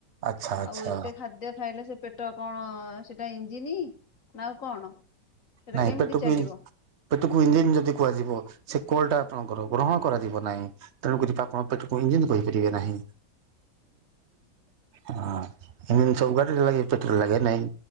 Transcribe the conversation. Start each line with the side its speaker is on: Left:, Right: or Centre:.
Right: ଆଚ୍ଛା ଆଚ୍ଛା
Left: ଆଉ ଏତେ ଖାଦ୍ୟ ଖାଇଲେ ସେ ପେଟ କଣ ସେଟା ଇଞ୍ଜିିନି ନା ଆଉ କଣ? ସେଟା
Right: ନାଇଁ
Left: କେମିତି
Right: ପେଟକୁ
Left: ଚାଲିବ?
Right: ପେଟକୁ ଇଞ୍ଜିିନ ଯଦି କୁହାଯିବ, ସେ କଲ୍ ଟା ଆପଣଙ୍କର ଗ୍ରହଣ କରାଯିବ ନାହିଁ, ତେଣୁ କରି ଆପଣ ପେଟକୁ ଇଞ୍ଜନ୍ କହିପାରିବେ ନାହିଁ। ହଁ ହେଲେ ସବୁ ଗାଡ଼ିରେ ଲାଗେ ପେଟ୍ରୋଲ ଲାଗେ ନାଇଁ।